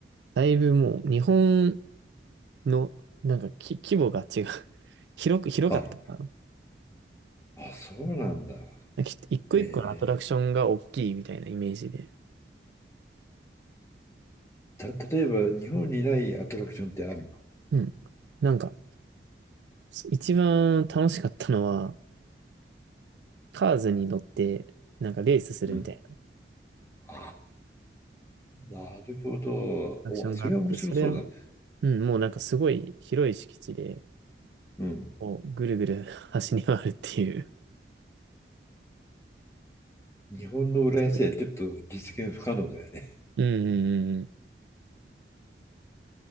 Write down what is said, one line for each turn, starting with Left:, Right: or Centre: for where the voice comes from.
Right: だいぶもう日本のなんかき規模が違う。<laughs> 広く、広かったかな。
Left: あ、あ、そうなんだ。
Right: なんかひ一個一個のアトラクションが大きいみたいなイメージで。
Left: えー、た、例えば、日本にないアトラクションってあるの
Right: うん。なんか、一番楽しかったのは、カーズに乗って、なんかレースするみたい
Left: うんああ、なるほど。
Right: なアクションがあって、
Left: お、それは面白そうだね。
Right: それは、うん、もうなんかすごい広い敷地で、
Left: うん。
Right: こう、ぐるぐる <laughs> 走り回るっていう。
Left: 日本の浦安ではちょっと実現不可能だよね。
Right: すごい。うんうんうんうん。